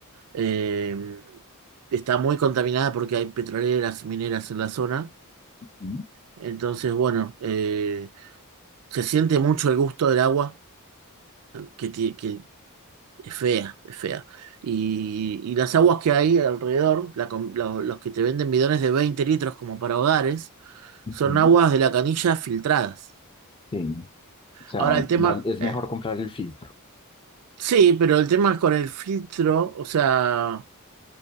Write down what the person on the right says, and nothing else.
Eh, está muy contaminada porque hay petroleras, mineras en la zona.
Entonces, bueno, eh, se siente mucho el gusto del agua que, ti- que es fea, es fea. Y, y las aguas que hay alrededor, la com- lo- los que te venden bidones de 20 litros como para hogares,
son aguas de la canilla filtradas.
Ahora el tema,
eh,
sí, pero el tema es con el filtro, o sea...